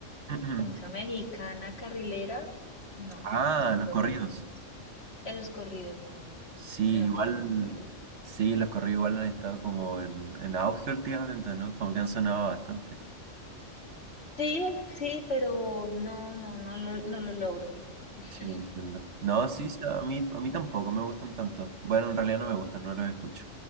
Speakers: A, on the right; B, on the left.
A: <clears throat>
B: como esa mexicana carrilera. No,
A: Ah,
B: no puedo
A: los corridos.
B: con eso. Esos corridos, no,
A: Sí,
B: no
A: igual,
B: puedo con corridos.
A: sí, los corridos igual han estado como en, en auge últimamente, ¿no? Como que han sonado bastante.
B: Sí, sí, pero no, no, no lo, no lo logro. <laughs>
A: Sí, entiendo. No, sí, sí, a mí, a mí tampoco me gustan tanto. Bueno, en realidad no me gustan, no los escucho.